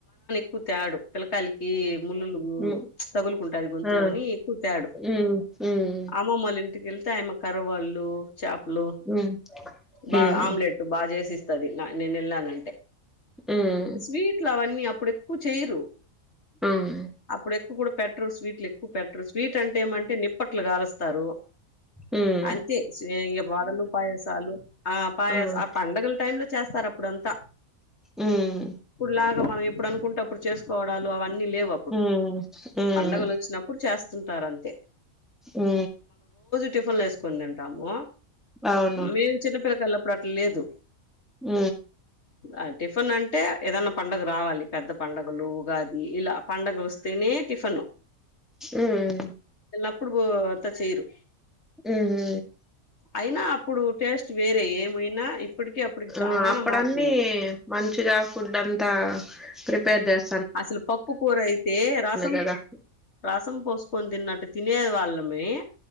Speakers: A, on the left; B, in the centre.
A: కు తాడు పిల్లకాయలకి ముళ్లులు
B: ఉమ్
A: తగులుకుంటాది గొంతులో
B: ఆ
A: అని ఎక్కువ తేడు
B: ఉమ్ ఉమ్
A: అమ్మమ్మోలింటికెల్ త్యామె కరువాళ్ళు చాపలు
B: ఉమ్
A: బా
B: ఉమ్
A: ఆమ్లెట్ బా జెసిస్ తది నేను వెళ్ళానంటే
B: ఉమ్
A: స్వీట్లు అవన్నీ అపుడెక్కువ చేయరు
B: ఉమ్
A: అప్పుడెక్కువ కూడా పెట్టరు స్వీట్లు ఎక్కువ పెట్టరు స్వీట్ అంటే ఏమంటే నిప్పట్లు కాలుస్త్ తరు
B: ఉం
A: అంతే చె వడలు పాయసాలు ఆ పాయస
B: హ్మ్
A: ఆ పండగల టైమ్ లో చేస్తారు అప్పుడు అంతా
B: హ్మ్
A: ఇప్పుడులాగా మనం ఎప్పుడు అనుకుంటేప్పుడు చేసుకోవడాలు అవన్నీ లేవు అప్పుడు
B: హ్మ్ హ్మ్ హ్మ్
A: పండగలు వచ్చినప్పుడు చేస్తుంటారు అంతే
B: ఉ
A: టిఫన్ వేసుకొని తింటాము
B: అవును
A: మేము చిన్నపిల్కిల్లప్పుడు అట్లా లేదు
B: ఉ
A: ఆ, టిఫిన్ అంటే ఏదన్నా పండుగ రావాలి పెద్ద పండగ లు ఉగాది ఇలా పండగ వస్తేనే టిఫను
B: ఉం
A: లప్పుడు బో అంత చేయ్యరు
B: ఉ హు
A: అయినా అప్పుడు టేస్ట్ వేరే ఏమైనా ఇప్పటికి అప్పటికి
B: ఆ
A: చానా
B: అప్పుడన్నీ
A: మార్పుంది.
B: మంచిగా ఫుడ్ అంతా ప్రిపేర్ చేస్
A: అసలు పప్పు కూరయితే రసం
B: కదా
A: రసం పోసుకొని తిన్నట్ టు తినే వాళ్ళమీ